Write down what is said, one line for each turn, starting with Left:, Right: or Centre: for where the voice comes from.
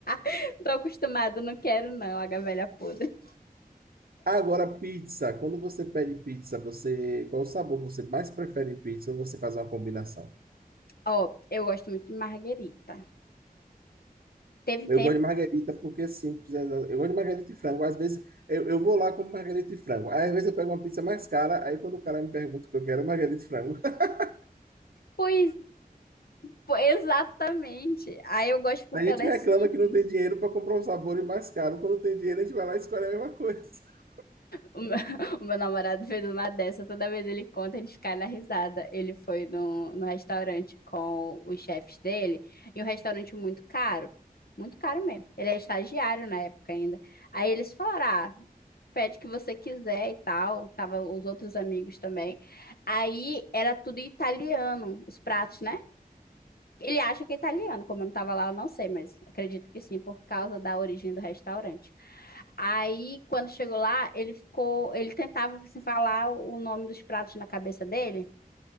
Left: <laughs> Tô acostumado, não quero não, água velha podre.
Right: Agora, pizza. Quando você pede pizza, você qual o sabor que você mais prefere em pizza ou você faz uma combinação?
Left: Ó, eu gosto muito de marguerita. Teve um
Right: Eu
Left: tempo.
Right: gosto de margarita porque é simples. é- Eu gosto de margarita e frango. Às vezes eu, eu vou lá com margarita e frango. Aí, às vezes eu pego uma pizza mais cara. Aí quando o cara me pergunta o que eu quero, é margarita e frango. <laughs>
Left: Pois Pô, Exatamente. Aí eu gosto porque
Right: A gente
Left: ela é
Right: reclama
Left: simples.
Right: que não tem dinheiro para comprar os sabores mais caro. Quando tem dinheiro, a gente vai lá e escolhe a mesma coisa. <laughs>
Left: O meu, <laughs> o meu namorado fez uma dessa, toda vez ele conta, ele cai na risada. Ele foi no, no restaurante com os chefes dele, e um restaurante muito caro, muito caro mesmo. Ele é estagiário na época ainda. Aí eles falaram, ah, pede o que você quiser e tal. Tava os outros amigos também. Aí era tudo italiano, os pratos, né? Ele acha que é italiano, como eu não estava lá, eu não sei, mas acredito que sim, por causa da origem do restaurante. Aí, quando chegou lá, ele ficou, ele tentava assim, falar o nome dos pratos na cabeça dele